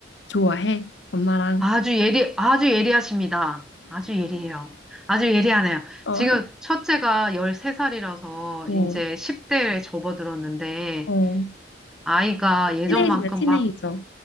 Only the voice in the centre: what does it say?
아주 예리, 아주 예리하십니다. 아주 예리해요. 아주 예리하네요.
지금 첫째가 13살이라서
이제 10대에 접어들었는데,
아이가 예전만큼
막,